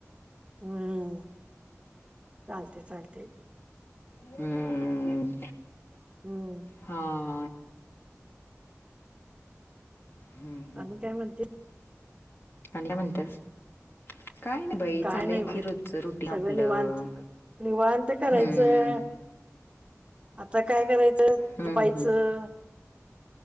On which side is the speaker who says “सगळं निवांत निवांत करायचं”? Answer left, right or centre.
Right